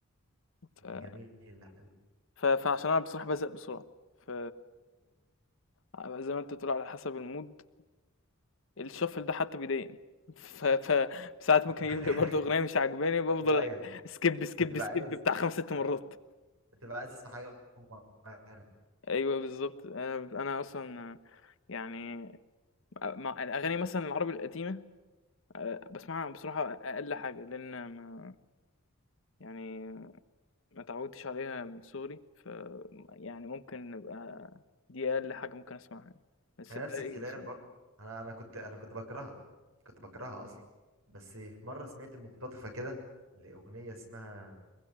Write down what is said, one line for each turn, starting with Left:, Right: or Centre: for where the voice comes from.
Left: ف...
Right: جميل حلو
Left: ف... فعشان انا بصراحه بزهق بسرعه ف ع- زي ما انت بتقول على حسب المود الشفل ده حتى بيضايقني ف ف ساعات
Right: <laughs>
Left: ممكن يجيب لي برضه أغنية مش عاجباني بافضل
Right: غير
Left: سكيب سكيب
Right: بتبقى
Left: سكيب
Right: عايز
Left: بتاع 5 6 مرات
Right: ها بتبقى عايز تسمع حاجه معينه
Left: أيوه بالضبط أنا أنا أصلًا آه، يعني مع الأغاني مثلًا العربي القديمة آآ باسمعها بصراحة أقل حاجة، لإن ما يعني ما اتعودتش عليها من صغري، ف يعني ممكن نبقى دي أقل حاجة ممكن أسمعها يعني، بس
Right: يعني
Left: الباقي
Right: نفس الكلام
Left: باسمعه.
Right: برضه انا انا كنت انا كنت بكرهها كنت بكرهها اصلا بس في مره سمعت مقتطفه كده لاغنيه اسمها